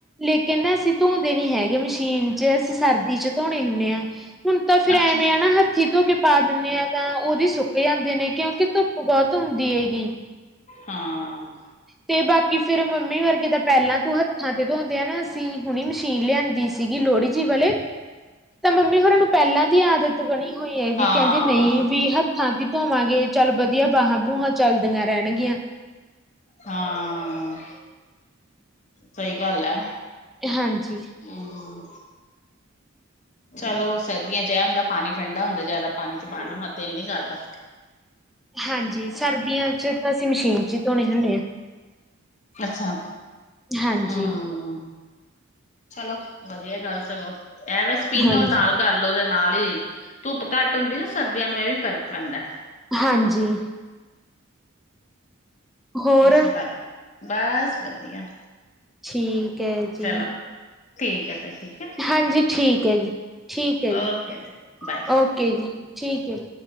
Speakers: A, in the centre; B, on the left.
A: ਲੇਕਿਨ ਨਾ ਅਸੀਂ ਧੋਂਦੇ ਨਹੀਂ ਹੈਗੇ ਮਸ਼ੀਨ ਚ ਅਸੀਂ ਸਰਦੀ ਚ ਧੋਣੇ ਹੁਣੇ ਆ ਹੁਣ ਤਾਂ ਫੇਰ
B: ਅੱਛਾ
A: ਐਵੇਂ ਆ ਨਾ ਹੱ ਹੱਥੀ ਧੋ ਕੇ ਪਾ ਦਿਣੇ ਆ ਤਾਂ ਉਹਦੀ ਸੁੱਕ ਜਾਂਦੇ ਨੇ ਕਿਉਂਕਿ ਧੁੱਪ ਬਹੁਤ ਹੁੰਦੀ ਐਗੀ
B: ਹਾਂ।
A: ਤੇ ਬਾਕੀ ਫੇਰ ਮੰਮੀ ਵਰਗੇ ਤਾਂ ਪਹਿਲਾਂ ਤੂੰ ਹੱਥਾਂ ਤੇ ਧੋਦੇ ਆ ਨਾ ਅਸੀਂ ਹੁਣੀ ਮਸ਼ੀਨ ਲਿਆਂਦੀ ਸੀ। ਸੀਗੀ ਲੋਹੜੀ ਜੀ ਵਲੇ ਤਾਂ ਮੰਮੀ ਹੋਰਾਂ ਨੂੰ ਪਹਿਲਾਂ ਦੀ ਆਦਤ ਬਣੀ ਹੋਈ ਐ ਵੀ
B: ਹਾਂ
A: ਕਹਿੰਦੀ ਨਈ ਵੀ ਹੱ ਹੱਥਾਂ ਤੇ ਹੀ ਧੋਵਾਂਗੇ ਚੱਲ ਵਧੀਆ ਬਾਹਾਂ ਬੂਹਾਂ ਚੱਲਦੀਆਂ ਰਹਿਣਗੀਆਂ।
B: ਹਾਂ, ਸਹੀ ਗੱਲ ਐ
A: ਹਾਂਜੀ।
B: ਹੂੰ ਚਲੋ ਸਰਦੀਆਂ ਚ ਇਹ ਹੁੰਦਾ ਪਾਣੀ ਠੰਡਾ ਹੁੰਦਾ ਜ਼ਿਆਦਾ ਪਾਣੀ ਚ ਪਾਉਣ ਨੂੰ ਹੱਥ ਦਿਲ ਨੀ ਕਰਦਾ।
A: ਹਾਂਜੀ ਸਰਦੀਆਂ ਚ ਤਾਂ ਅਸੀਂ ਮਸ਼ੀਨ ਚ ਹੀ ਧੋਣੇ ਹੁਨੇ ਆ।
B: ਅੱਛਾ,
A: ਹਾਂਜੀ,
B: ਹੂੰ। ਚਲੋ ਵਧੀਆ ਗੱਲ ਸਗੋਂ ਇਹ ਵੈਸੇ <unintelligible>
A: ਹਾਂਜੀ,
B: ਨਾਲ ਕਰ ਲਓ ਤੇ ਨਾਲ ਹੀ ਧੁੱਪ ਘੱਟ ਹੁੰਦੀ ਨਾ ਸਰਦੀਆਂ ਨੂੰ ਇਹ ਵੀ ਫਰਕ ਪੈਂਦਾ।
A: ਹਾਂਜੀ। ਹੋਰ
B: ਏਸੇ ਕਰਕੇ ਬਸ ਵਧੀਆ।
A: ਠੀਕ ਐ ਜੀ।
B: ਚਲੋ ਠੀਕ ਐ ਫੇਰ <unintelligible>
A: ਹਾਂਜੀ ਠੀਕ ਐ ਜੀ, ਠੀਕ ਐ ਜੀ,
B: ਓਕੇ ਬਾਏ।
A: ਓਕੇ ਜੀ, ਠੀਕ ਐ ਜੀ।